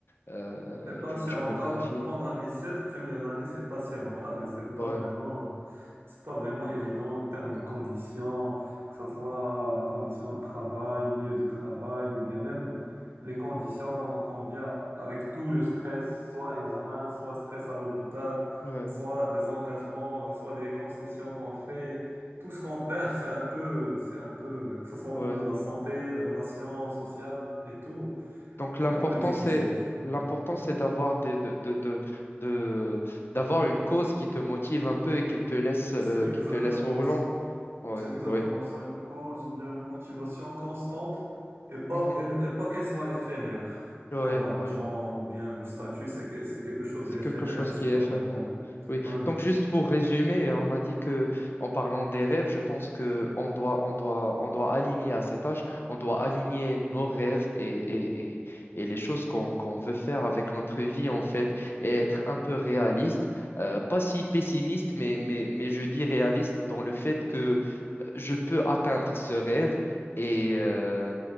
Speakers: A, on the left; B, on the right.
A: Euh,
B: C'est pas
A: tu,
B: si
A: tu
B: rentable.
A: me confirmes.
B: Pendant les sept premières années, c'est pas si rentable et c'est pas
A: Ouais.
B: vraiment, c'est pas vraiment évident en termes de conditions, que ce soit conditions de travail, milieu de travail ou bien même les
A: Mhm.
B: conditions qu'on vient avec tout le stress, soit examen, soit stress à l'hôpital,
A: Ouais,
B: soit des engagements, euh, soit des concessions qu'on fait. Tout ce qu'on perd, c'est un peu, c'est un peu, que ce soit
A: ouais.
B: au niveau de la santé, les relations sociales et tout,
A: Donc l'important
B: c'est un peu difficile.
A: c'est
B: Hmm.
A: l'important c'est d'avoir des- de, de, de, de- d'avoir une cause qui te motive un peu et qui te laisse euh,
B: C'est exactement
A: qui te laisse au volant.
B: ça.
A: Ouais,
B: C'est exactement
A: ouais.
B: ça, une cause ou bien une motivation constante et pas,
A: Mhm.
B: et, et pas qu'elle soit éphémère,
A: Ouais,
B: comme l'argent
A: ouais.
B: ou bien le statut, c'est que, c'est quelque chose
A: C'est
B: d'éphémère
A: quelque chose
B: et c'est
A: qui est
B: pas
A: éphémère.
B: vraiment, oui.
A: Oui.
B: Oui, oui.
A: Donc juste pour résumer, euh, on a dit que en parlant des rêves, je pense que on doit, on doit, on doit aligner à cet âge, on doit aligner nos rêves et, et, et, et les choses qu'on qu'on veut faire avec notre vie en fait, et être un peu réaliste, Euh, pas si pessimiste, mais, mais, mais je dis réaliste dans le fait que euh, je peux atteindre ce rêve. Et,
B: Mhm.
A: euh,